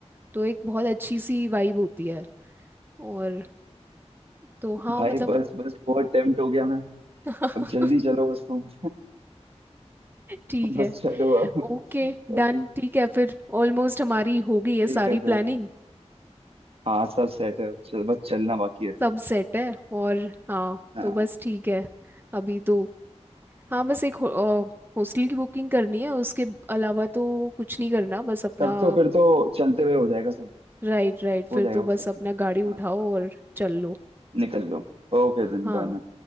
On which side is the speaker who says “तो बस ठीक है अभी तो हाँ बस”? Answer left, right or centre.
Right